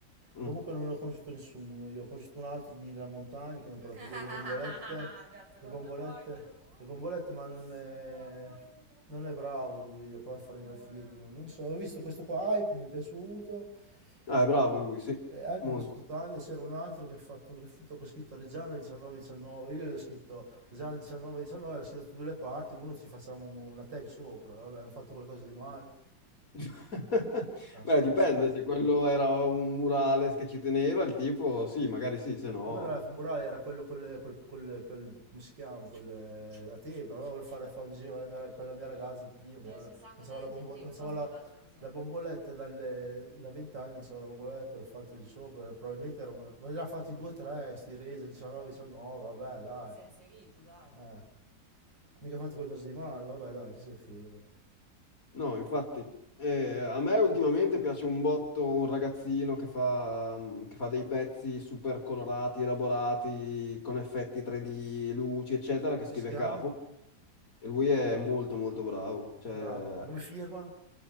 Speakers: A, on the left; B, on the right.
A: Mm.
B: Comunque non ho conosciuto nessuno, io ho conosciuto un altro di, della montagna che mi ha portato delle bombolette, <laughs> le bombolette, le bombolette, ma non è, non è bravo lui, ha provato a fare i graffiti, non, non so, ho visto questo qua, Hype, mi è piaciuto,
A: Ah, è
B: eh,
A: bravo lui, sì,
B: eh, Hype
A: molto.
B: mi è piaciuto tanto, e c'era un altro che ha fatto un graffito con scritto Reggiana 19-19, io gli ho scritto Reggiana 19-19, era scritto da due le parti, uno ci facciamo una tag sopra, vabbè, hanno fatto qualcosa di male,
A: <laughs>
B: no,
A: Beh,
B: sono
A: dipende,
B: dispiaciuto.
A: se quello era un murales che ci teneva, il tipo, sì, magari sì, se no...
B: Vabbè, la femorale era quello col, col- col- pel- come si chiama? Col, eh, la tempra, allora volevo fare, fare un disegno con la mia, rag- con la mia ragazza, il primo, che era- non so la, bombo- non so la, la bomboletta dalle- da 20 anni, non so la bomboletta, l'ho fatta lì sopra, probabilmente ero, ma ne ha fatti due o tre, sti resa, 19, 19, vabbè, Ti dai. Ti Eh, mica ha fatto qualcosa di male, vabbè, dai, chi se ne frega. Come
A: No, infatti, eh, a me ultimamente piace un botto un ragazzino che fa, mm, che fa dei pezzi super colorati, elaborati, con effetti 3D, luci, eccetera, che scrive
B: si chiama?
A: capo. E lui è molto molto bravo. Cioè,
B: Avrà, e come firma?